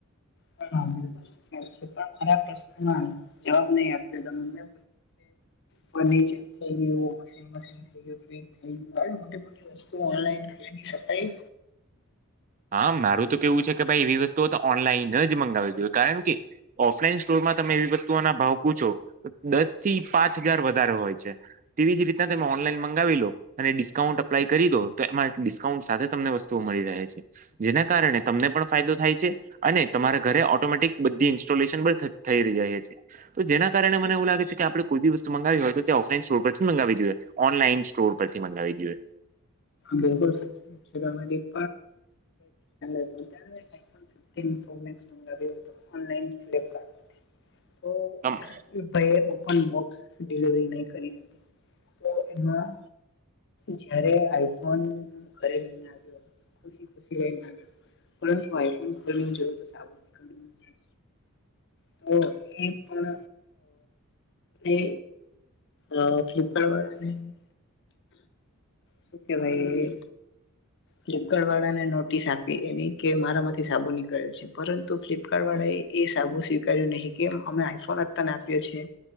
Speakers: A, on the left; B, on the right.
A: પણ હું એમ કઉ છું કે જે પણ મારા પ્રશ્નના જવાબ નહી આપ્યો. તમને મે ફર્નિચર થઈ ગ્યું, વોશિંગ મશિન થઈ ગ્યું, ફ્રી જ થઈ ગ્યું. આવી મોટી મોટી વસ્તુઓ ઓનલાઈનની ખરીદી શકાય?
B: હા મારુ તો કેવું છે કે ભાઈ એવી વસ્તુઓ તો ઓનલાઈન જ મંગાવા જોઈએ કારણ કે ઓફલાઈન સ્ટોરમાં તમે એવી વસ્તુઓના ભાવ પૂછો, દસ થી પાંચ હજાર વધારે હોય છે. તેવી જ રીતના તમે ઓનલાઈન મગંગાવી લો અને ડિસ્કાઉન્ટ અપ્લાય કરી દો, તો એમાં ડિસ્કાઉન્ટ સાથે તમને વસ્તુઓ મળી રહે છે. જેના કારણે તમને પણ ફાયદો થાય છે અને તમારા ઘરે ઓટોમેટિક બધી ઇન્સ્ટોલેશન પણ થ થઈ જાય છે. તો જેના કારણે મને એવું લાગે છે આપણે કોઈ બી વસ્તુ મંગાવી હોય તો તે ઓફલાઈન સ્ટોર પરથી મગાવવી જોઈએ, ઓનલાઈન સ્ટોર પરથી મંગાવવી જોઈએ.
A: બિલકુલ સાચી વાત છે તમારી પણ <unintelligible> તીન પ્રો મેક્સ મંગાવ્યો હતો ઓનલાઈન ફ્લિપકાર્ટ પર થી તો
B: તમેં
A: ઈ ભાઈએ ઓપન બોક્સ ડિલિવરી નહી કરી હતી. તો એમાં જ્યારે આઈ ફોન ઘરે લઈને આવ્યો હ ખુશી ખુશી રઈને આવ્યા હતો, પરંતુ આઈ ફોન ખોલીને જોયો તો સાબુ નીકળ્યો તો ઈ પણ એ અ અ ફ્લિપકાર્ટ વાળા ને, શું કેવાય? ફ્લિપકાર્ટ વાળાને નોટિસ આપી એની કે મારામાંથી સાબુ નીકળ્યો છે પરંતુ ફ્લિપકાર્ટ વાળા એ એ સાબુ સ્વીકાર્યું નહી કે એમ અમે આઈ ફોન જ આપ્યો છે.